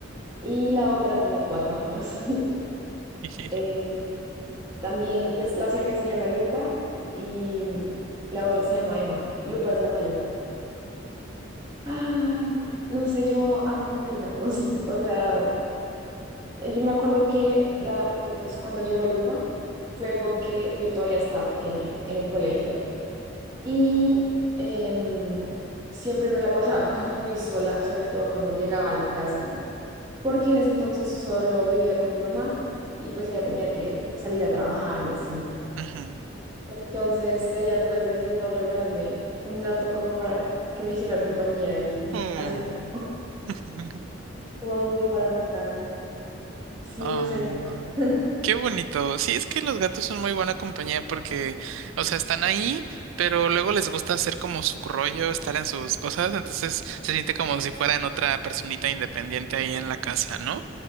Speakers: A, on the right; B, on the right.
A: y la otra tiene cuatro años. <laughs>
B: <laughs>
A: Eh, también, pues la siamesa se llama Lupa y mm, la otra se llama Emma. Lupa es la mayor. Ah, no sé, yo amo tener gatos. <laughs> O sea, eh, yo me acuerdo que la, pri- pues cuando llegó Lupa fue porque yo todavía estaba pequeña en el colegio y em, siempre me la pasaba <laughs> como muy sola, sobre todo cuando llegaba a la casa porque en ese entonces solo vivía con mi mamá y pues ella tenía que salir a trabajar y así.
B: Ujú.
A: Entonces ella pues decidió regalarme un gato como para que me hiciera compañía y
B: Mm.
A: <laughs> así fue
B: <laughs>
A: como mi mejor amiga. Sí,
B: Ah,
A: no sé. <laughs>
B: qué bonito. Sí, es que los gatos son muy buena compañía porque, o sea, están ahí, pero luego les gusta hacer como su rollo, estar en sus cosas, entonces se siente como si fueran otra personita independiente ahí en la casa, ¿no?